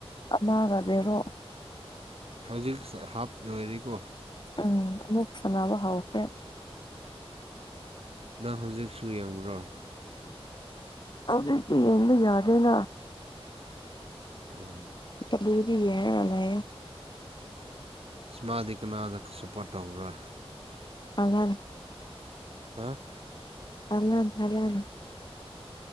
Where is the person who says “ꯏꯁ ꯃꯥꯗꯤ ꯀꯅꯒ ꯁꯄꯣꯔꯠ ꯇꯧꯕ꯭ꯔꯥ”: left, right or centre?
Right